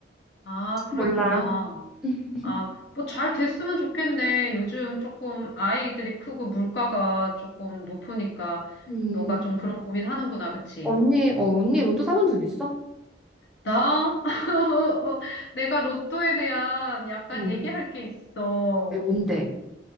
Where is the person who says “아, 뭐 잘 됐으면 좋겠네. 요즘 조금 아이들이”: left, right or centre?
Left